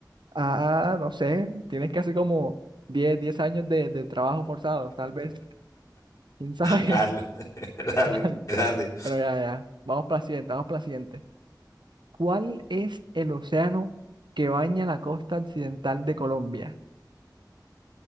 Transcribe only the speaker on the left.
Dale, <laughs>
dale,
dale,